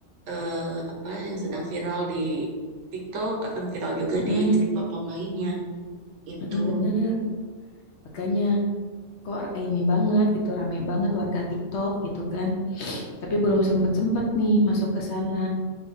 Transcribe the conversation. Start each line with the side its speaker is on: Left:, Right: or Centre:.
Right: eh, apa yang sedang viral di TikTok akan viral juga
Left: Heeh.
Right: di platform lainnya itu.
Left: Heeh, bener. Makanya kok ini banget gitu rame banget warga TikTok gitu kan tapi belum sempet sempet nih masuk ke sana